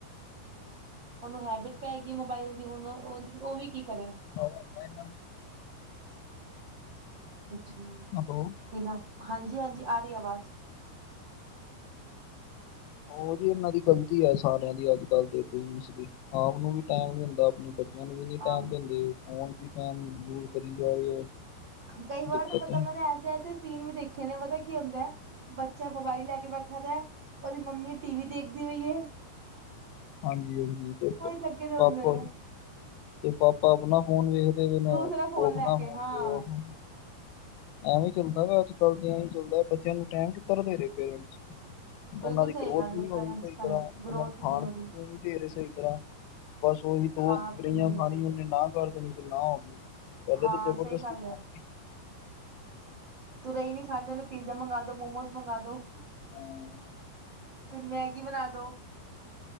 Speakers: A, on the right (about 40°); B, on the left (about 80°).
A: ਉਹਨੂੰ ਹੈਬਿਟ ਪੈ ਗਈ ਮੋਬਾਇਲ ਦੀ ਹੁਣ ਉਹ ਉਹ ਵੀ ਕੀ ਕਰੇ
B: <unintelligible>
A: ਜੀ
B: ਹੈਲੋ
A: ਬਿਨਾਂ ਹਾਂਜੀ ਹਾਂਜੀ ਆ ਰਹੀ ਆਵਾਜ਼
B: ਉਹ ਜ ਇਹਨਾਂ ਦੀ ਗਲਤੀ ਹੈ ਸਾਰਿਆਂ ਦੀ ਅੱਜ ਕੱਲ੍ਹ ਦੇ ਪਪਰੇਂਟਸ ਦੀ ਆਪ ਨੂੰ ਵੀ
A: ਬਿਲਕੁਲ
B: ਟਾਈਮ ਨਹੀਂ ਹੁੰਦਾ ਆਪਣੇ ਬੱਚਿਆਂ ਨੂੰ ਵੀ ਨਹੀਂ
A: ਹਾਂ
B: ਟਾਈਮ ਦੇਂਦੇ ਫੋਨ ਕੀ ਟਾਈਮ ਯੂਜ ਕਰੀ ਜਾ ਰਹੀ ਹੈ
A: ਕਈ ਵਾਰ
B: ਦਿੱਕਤ
A: ਤਾਂ ਪਤਾ
B: ਹੈ
A: ਮੈਨੇ ਐਸੇ ਐਸੇ ਸੀਨ ਵੀ ਦੇਖੇ ਨੇ ਪਤਾ ਕੀ ਹੁੰਦਾ ਹੈ ਬੱਚਾ ਮੋਬਾਈਲ ਲੈ ਕੇ ਬੈਠੇ ਖਿਆ ਉਹਦੀ ਮੰਮੀ ਟੀ ਵੀ ਦੇਖਦੀ ਹੋਈਏ
B: ਹਾਂਜੀ ਹਾਂਜੀ ਤੇ ਪਾਪਾ
A: ਲੱਗੇ ਦੇ ਹੁੰਦੇ ਨੇ
B: ਤੇ ਪਾਪਾ ਆਪਣਾ ਫੋਨ ਵੇਖ ਵੀਨ ਉਹ
A: ਦੂਸਰਾ ਫੋਨ
B: ਆਪਣਾ
A: ਲੈ ਕੇ
B: ਹੋਣ
A: ਹਾਂ
B: ਤੇ ਉਹ ਹੋਣ ਐਵੇ ਹੀ ਚੱਲਦਾ ਵਾ ਅੱਜ ਕੱਲ ਐਵੇ ਹੀ ਚੱਲਦਾ ਬੱਚਿਆਂ ਨੂੰ ਟਾਈਮ ਕਿੱਧਰ ਦੇ ਰਹੇ ਪੇਰੈਂਟਸ
A: ਬਿਲਕੁਲ
B: ਉਹਨਾਂ ਦੀ
A: ਸਹੀ
B: ਗਰੋਥ
A: ਗੱਲ
B: ਵੀ
A: ਹੈ
B: ਨਹੀਂ ਹੋਣੀ
A: ਪੇਰੈਂਟਸ
B: ਸਈ
A: ਟਾਈਮ
B: ਤਰ੍ਹਾਂ
A: ਗਰੋਥ
B: ਉਹਨਾਂ ਨੂੰ
A: ਹੀ
B: ਖਾਣ
A: ਨਹੀਂ ਹੋ ਰਹੀ
B: ਫੇਰੇ ਸਹੀ ਤਰ੍ਹਾਂ ਬਸ ਉਹੀ ਦੋ
A: ਖਾ
B: ਗਰੇਹੀਆਂ
A: ਪੀ ਨੂੰ ਨੀ
B: ਖਾਣੀ
A: ਮਿਲ ਰਿਹਾ
B: ਉਹਨੇ ਨਾ ਕਰ ਦੇਣੀ ਤੇ ਨਾ ਹੋ ਗਈ ਕਦੇ
A: ਹਾਂ
B: ਤੇ ਜਬਰਦਸਤੀ
A: ਸਹੀ ਗੱਲ
B: ਪਾ
A: ਹੈ
B: ਦੀ
A: ਤੂੰ ਰਹੀ ਨੀ ਖਾਣਦੇ ਉਹਨੇ ਪੀਜ਼ਾ ਮੰਗਵਾ ਦੋ ਮੋਮੋਜ਼ ਮੰਗਵਾ ਦੋ
B: ਹਮ
A: ਤੇ ਮੈਗੀ ਬਣਾ ਦੋ